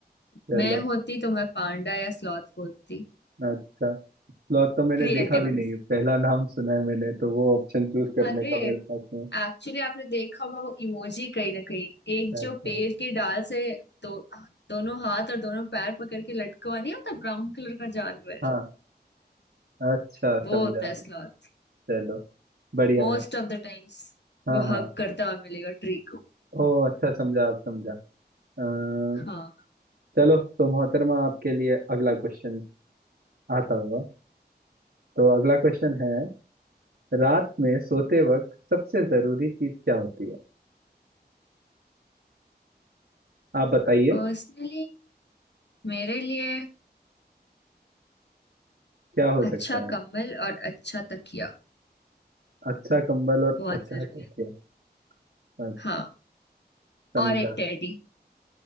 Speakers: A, on the right; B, on the left.
A: चलो
B: मैं होती तो मैं पांडा या स्लॉथ बोलती
A: अच्छा स्लॉथ तो मैंने
B: Creative
A: देखा भी
B: answer
A: नहीं है पहला नाम सुना है मैंने तो वो ऑप्शन चूज करने
B: अरे
A: का मेरे पास
B: एक्चुअली
A: में
B: आपने देखा होगा वो इमोजी कहीं ना कहीं एक
A: अच्छा
B: जो पेड़ की डाल से दो दोनों हाथ और दोनों पैर पकड़ के लटका हुआ नहीं होता ब्राउन कलर का जानवर
A: हाँ अच्छा समझा
B: वो होता है sloth
A: चलो बढ़िया
B: Most
A: है
B: of the times
A: हाँ
B: वो
A: हाँ
B: हक करता हुआ मिलेगा ट्री को
A: ओ अच्छा समझा आप समझा अ,
B: हाँ
A: चलो तो मोहतरमा आपके लिए अगला क्वेश्चन आता हुआ तो अगला क्वेश्चन है रात में सोते वक्त सबसे जरूरी चीज क्या होती है आप बताइए
B: पर्सनली मेरे लिए
A: क्या हो सकता
B: अच्छा
A: है
B: कम्बल और अच्छा तकिया
A: अच्छा कंबल और
B: बहुत
A: अच्छा
B: जरूरी
A: तकिया
B: है
A: अ,
B: हाँ
A: समझा
B: और एक टेडी